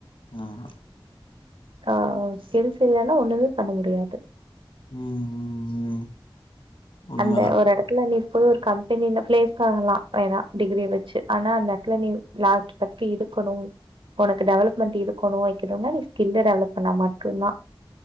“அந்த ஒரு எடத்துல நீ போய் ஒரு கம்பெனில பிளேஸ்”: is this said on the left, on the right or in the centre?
Right